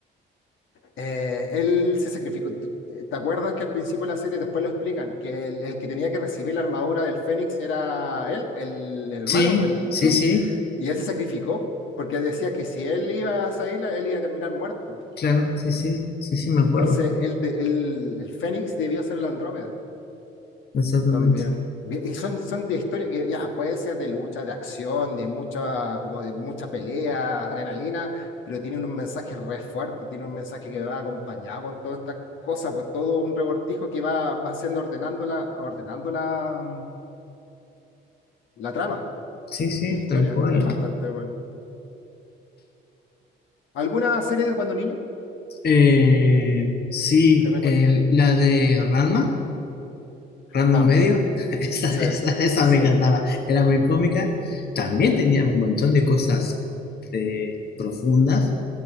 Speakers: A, on the left (about 80°); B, on the left (about 55°).
A: Eh, él se sacrificó. ¿Te te acuerdas que al principio de la serie después lo explican? Que el, el que tenía que recibir la armadura del Fénix era él, el, el hermano,
B: Sí,
A: pues, el
B: sí,
A: Chun.
B: sí,
A: Y él se sacrificó porque decía que si él iba a salir, él iba a terminar muerto.
B: claro, sí, sí, sí, sí, me
A: Entonces,
B: acuerdo.
A: él, de- él- el Fénix debió ser el Andrómeda.
B: Exactamente.
A: También. Bien, Y son, son de historia que ya puede ser de lucha, de acción, de mucha, como de mucha pelea, adrenalina, pero tiene un mensaje re fuerte, tiene un mensaje que va acompañado con toda esta cosa, pues todo un revoltijo que va, va haciendo ordenando la, ordenando la, la trama
B: Sí, sí,
A: y la historia.
B: tal cual.
A: Es bastante bueno. ¿Alguna serie de cuando niño
B: Eh, sí,
A: que recuerdas?
B: el- la de Ranma, Ranma
A: También,
B: medio, <laughs> esa,
A: sí,
B: esa, esa
A: sí.
B: me encantaba, era muy cómica. También tenía un montón de cosas eh, profundas,